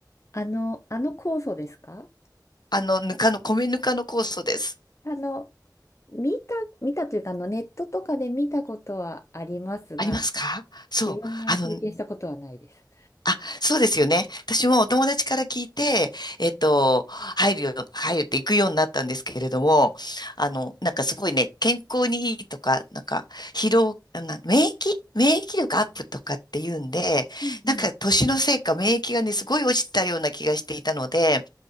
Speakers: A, on the left; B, on the left.
A: あの、あの酵素ですか
B: あの、ぬかの、米ぬかの酵素です。
A: あの、見た、見たというか、あの、ネットとかで見たことはありますが、
B: ありますかそう。
A: 自分が経験したことはないです。
B: あの、あ、そうですよね。私もお友達から聞いて、えっと、入るよ、入るって行くようになったんですけれども、あの、なんかすごいね、健康にいいとか、なんか、疲労、な、免疫、免疫力アップとかっていうんで、
A: うんうん
B: なんか年のせいか免疫がね、すごい落ちたような気がしていたので、